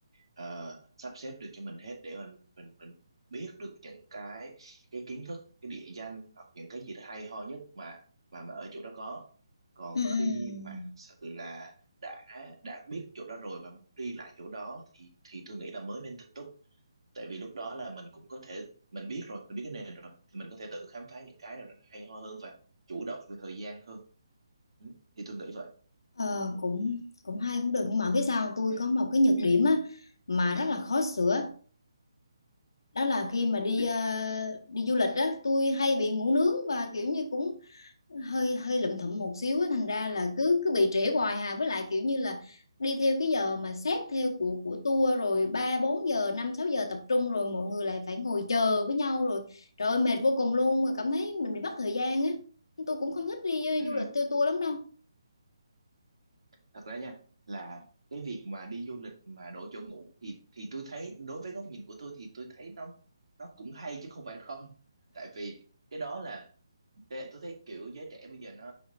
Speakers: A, on the right; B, on the left.
A: ờ, sắp xếp được cho mình hết để mình mình mình biết được những cái cái kiến thức cái địa danh hoặc những cái gì đó hay ho nhất mà mà, mà ở chỗ đó có còn
B: Ừ, ừ.
A: khi mà thật sự là đã đã biết chỗ đó rồi và muốn đi lại chỗ đó thì thì tôi nghĩ là mới nên tự túc tại vì lúc đó là mình cũng có thể mình biết rồi mình biết cái nền rồi thì mình có thể tự khám phá những cái nào đó nó hay ho hơn và chủ động về thời gian hơn ừ. thì tôi nghĩ vậy
B: Ờ, cũng cũng hay cũng được nhưng mà biết sao không? tôi có một cái nhược điểm á mà rất là khó sửa đó là khi mà đi ờ, đi du lịch á tôi hay bị ngủ nướng và kiểu như cũng hơi hơi lụm thụm một xíu á, thành ra là cứ cứ bị trễ hoài hà với lại kiểu như là đi theo cái giờ mà xét theo của của tour rồi 3 4 giờ 5 6 giờ tập trung rồi mọi người lại phải ngồi chờ với nhau rồi trời ơi mệt vô cùng luôn mà cảm thấy mình bị mất thời gian á tôi cũng không thích đi ờ,
A: ừ.
B: du lịch theo tour lắm đâu
A: thật ra nha là cái việc mà đi du lịch mà đổi chỗ ngủ thì thì tôi thấy đối với góc nhìn của tôi thì tôi thấy nó nó cũng hay chứ không phải không tại vì cái đó là Thế tôi thấy kiểu giới trẻ bây giờ nó